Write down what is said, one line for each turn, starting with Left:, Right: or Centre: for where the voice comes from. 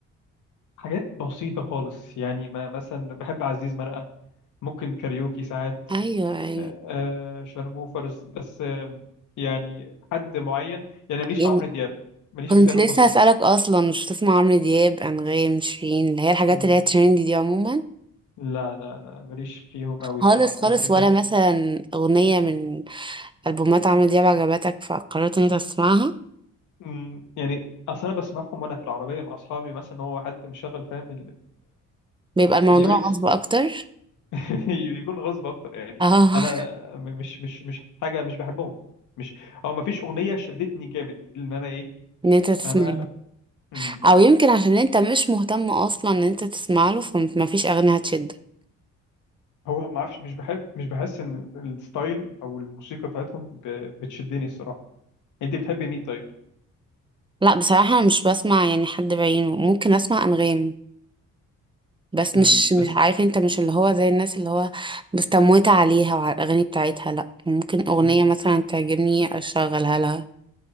Left: حاجات بسيطة خالص يعني ما مثلا بحب عزيز مرقة ممكن كاريوكي ساعات
Right: ايوه ايوه
Left: آه، آه، شارموفرز بس آم، يعني حد معين يعني ماليش
Right: يعني
Left: في عمرو دياب ماليش
Right: كنت
Left: في تامر
Right: لسه
Left: حسني
Right: هسألك أصلا مش بتسمع عمرو دياب أنغام شيرين اللي هي الحاجات
Left: مم.
Right: اللي هي تريندي دي عموما
Left: لا لا لا ماليش فيهم
Right: خالص
Left: قوي الصراحة
Right: خالص
Left: انت بتحب
Right: ولا مثلا أغنية من ألبومات عمرو دياب عجبتك فقررت إن أنت تسمعها
Left: مم. يعني اصل انا بسمعهم وانا في العربية مع اصحابي مثلا هو حد مشغل فاهم
Right: بيبقى الموضوع
Left: اليو اكس
Right: غصب أكتر
Left: <laughs> بيكون غصب اكتر يعني
Right: اه
Left: انا م- مش مش مش حاجة مش بحبهم مش او مفيش اغنية شدتني جامد ان انا ايه
Right: <laughs> إن أنت تسمعها
Left: فاهم م- م.
Right: أو يمكن عشان أنت مش مهتم أصلا إن أنت تسمع له فمفيش أغنية هتشد
Left: هو ما اعرفش مش بحب مش بحس ان الستايل او الموسيقى بتاعتهم ب... بتشدني الصراحه انت بتحبي مين طيب
Right: لا بصراحة أنا مش بسمع يعني حد بعينه ممكن أسمع أنغام بس
Left: م،
Right: مش مش
Left: بس
Right: عارف انت مش اللي هو زي الناس اللي هو مستموتة عليها وعلى الأغاني بتاعتها لأ ممكن أغنية
Left: م- م.
Right: مثلا تعجبني أشغلها لها